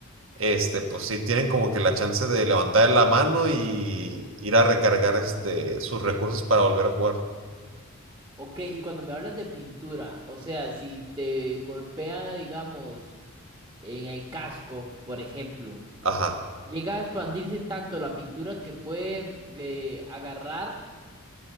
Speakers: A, on the right; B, on the right.
A: este, pues sí tienen como que la chance de levantar la mano y ir a recargar este, sus recursos para volver a jugar.
B: Ok, y cuando me hablas de pintura, o sea, si te golpea, digamos, en el casco, por ejemplo,
A: Ajá.
B: llega a expandirse tanto la pintura que puede eh, agarrar.